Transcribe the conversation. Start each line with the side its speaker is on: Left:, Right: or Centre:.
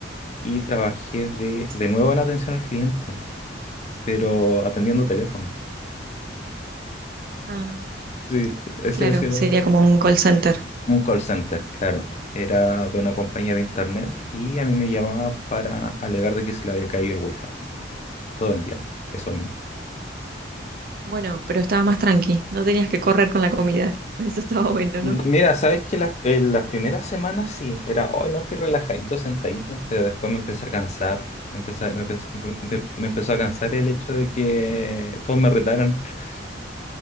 Left: y trabajé de,
Right: Sí.
Left: de nuevo en atención al cliente, pero atendiendo teléfono.
Right: Ah,
Left: Sí, ese
Right: claro,
Left: ha sido
Right: sería como un call center.
Left: un call center, claro. Era de una compañía de internet y a mí me llamaban para alegar de que se le había caído el wifi. todo el día, eso mismo.
Right: Bueno, pero estaba más tranqui. No tenías que correr con la comida. <laughs> Eso estaba bueno,
Left: N-
Right: ¿no?
Left: Mira, sabes que las, en las primeras semanas sí, era, hoy no estoy relajadito, sentadito, pero después me empecé a cansar, me, empecé- me empecé- me- me empezó a cansar el hecho de que todos me retaran. <laughs>